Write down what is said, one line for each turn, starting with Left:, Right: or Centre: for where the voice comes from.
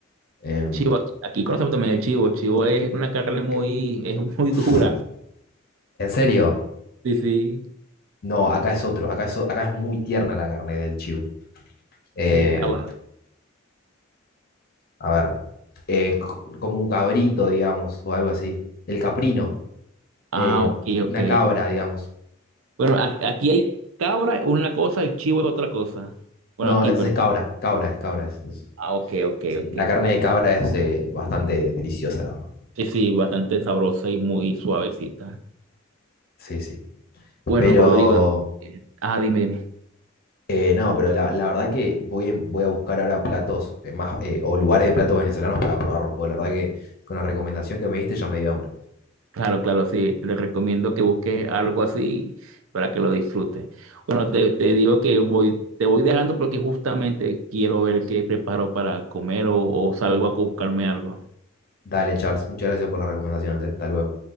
Left: em,
Right: Chivo, aquí, aquí conocemos también el chivo. El chivo es una carne muy,
Left: eh,
Right: es muy
Left: <sniffs>
Right: dura.
Left: ¿en serio?
Right: Sí, sí,
Left: No, acá es otro, acá es, o- acá es muy tierna la carne del chivo. Eh,
Right: sí. Ah, bueno.
Left: a ver, eh, c- como un cabrito, digamos, o algo así. El caprino,
Right: Ah,
Left: eh,
Right: ok, ok.
Left: una cabra, digamos.
Right: Bueno, a- aquí hay cabra, una cosa, el chivo es otra cosa. Bueno,
Left: No,
Right: aquí,
Left: entonces
Right: pero.
Left: cabra, cabra es cabra. es- entonces,
Right: Ah, ok, ok,
Left: sí, sí,
Right: ok.
Left: la carne de cabra es eh, bastante deliciosa, la verdad.
Right: Sí, sí, bastante sabrosa y muy suavecita.
Left: Sí, sí.
Right: Bueno,
Left: Pero
Right: Rodrigo. eh, Ah, dime, dime.
Left: eh, no, pero la, la verdad que voy, en- voy a buscar ahora platos eh, más eh, o lugares de platos venezolanos para probarlos, porque la verdad que con la recomendación que me diste ya me dio hambre.
Right: Claro, claro, sí. Le recomiendo que busques algo así para que lo disfrutes. Bueno, te, te digo que voy, te voy dejando porque justamente quiero ver qué preparo para comer o, o salgo a buscarme algo.
Left: Dale, Charles, muchas gracias por las recomendaciones, eh. Hasta luego.